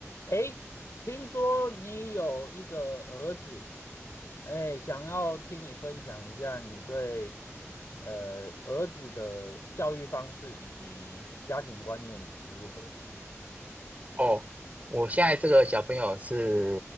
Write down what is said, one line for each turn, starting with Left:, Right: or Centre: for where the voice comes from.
Left: 诶，听说你有一个儿子，诶，想要听你分享一下你对呃儿子的教育方式以及家庭观念如何？
Right: 哦，我现在这个小朋友是